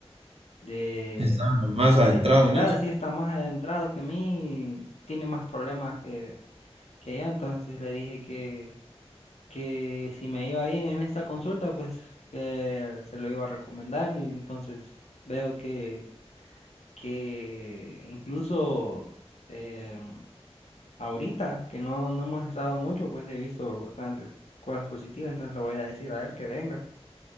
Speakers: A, on the left (about 80°); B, on the right (about 65°).
A: de,
B: Está más
A: de
B: adentrado
A: dificultad,
B: en eso.
A: así está más adentrado que mí, tiene más problemas que, que yo, entonces le dije que que si me iba bien en esta consulta, pues que se lo iba a recomendar. Y entonces veo que, que incluso em, ahorita, que no, no hemos estado mucho, pues he visto bastantes cosas positivas, entonces le voy a decir a él que venga.